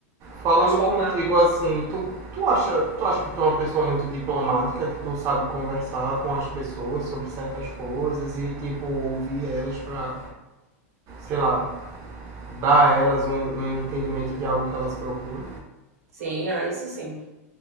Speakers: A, on the right; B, on the right.
A: Falando
B: transformar.
A: contigo assim, tu, tu acha, tu acha que tu é uma pessoa muito diplomática, que tu sabe conversar com as pessoas sobre certas coisas e tipo ouvir elas pra, sei lá, dar a elas um, um entendimento de algo que elas procuram?
B: Sim, ah, isso sim,